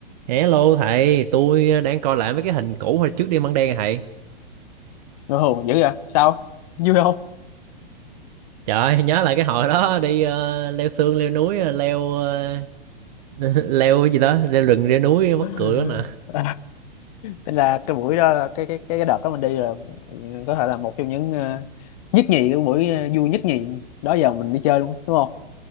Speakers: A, on the right; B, on the left.
A: Hello thầy, tôi đang coi lại mấy cái hình cũ hồi trước đi Măng Đen à thầy.
B: Ngơ hồn dữ vậy sao vui không
A: Trời ơi, nhớ lại cái hồi đó đi ờ, leo sương, leo núi, ờ, leo ờ, <laughs> leo cái gì đó, leo rừng, leo núi mắc
B: <laughs>
A: cười đó nè.
B: Thế là cái buổi đó là cái cái cái cái đợt đó mình đi là có thể là một trong những ờ, nhất nhì cái buổi ờ, vui nhất nhì đó giờ mình đi chơi luôn đúng không